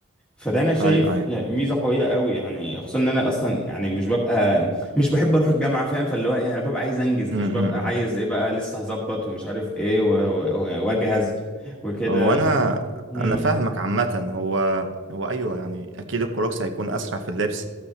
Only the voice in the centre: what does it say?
فده انا شايف
ميزه قويه قوي يعني خصوصا ان انا اصلا يعني مش ببقى مش بحب اروح الجامعه فاهم فاللي هو ايه انا ببقى عايز انجز مش
ببقى
عايز ايه بقى لسه هظبط ومش عارف ايه و- و- واجهز وكده
مم.